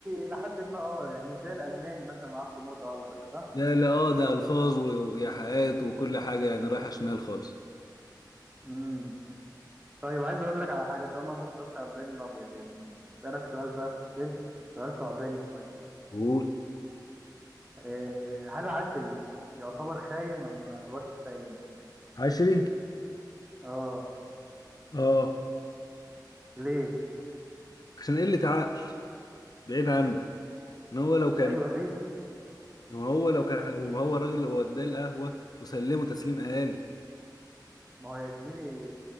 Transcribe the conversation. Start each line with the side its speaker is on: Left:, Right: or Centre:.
Right: الى حد ما اه يعني ازاي الالماني مثلا عبده موته قصدك صح؟
Left: لا لا اه ده ألفاظ و- وإيحاءات وكل حاجة يعني رايحة شمال خالص
Right: امم طيب عايز اقول لك على حاجه طالما انت اتفرجت على ابراهيم الابيض يا زميلي اسالك سؤال بقى في الفيلم سؤال صعباني شويه
Left: قول
Right: إيه هل عشري يعتبر خاين ولا ما يعتبرش خاين؟
Left: عشري
Right: اه
Left: اه
Right: ليه؟
Left: عشان قلة عقل بعيد عنك ان هو لو كان
Right: ايوه ليه؟
Left: إن هو لو كان هو هو الراجل اللي وداه القهوة وسلمه تسليم أهالي
Right: ما هو يا زميلي